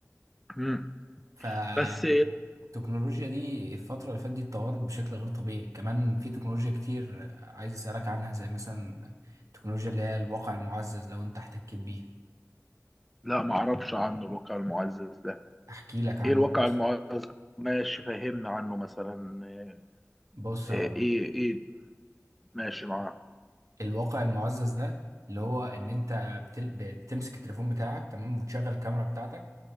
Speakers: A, in the centre; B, on the right.
A: مم.
B: فالتكنولوجيا
A: بس
B: دي الفترة اللي فاتت دي اتطورت بشكل غير طبيعي كمان في تكنولوجيا كتير آه، عايز أسألك عنها زي مثلا التكنولوجيا اللي هي الواقع المعزز لو أنت احتكيت بيه
A: لا ما اعرفش عنه الواقع المعزز ده
B: أحكي لك عنه
A: ايه الواقع
B: بص
A: المعاصر ماشي فهمنا عنه مثلا آه،
B: بص
A: آه،
B: هقول
A: ايه
B: لك.
A: ايه ماشي معاه
B: الواقع المعزز ده اللي هو إن أنت بتل... بتمسك التليفون بتاعك تمام وتشغل الكاميرا بتاعتك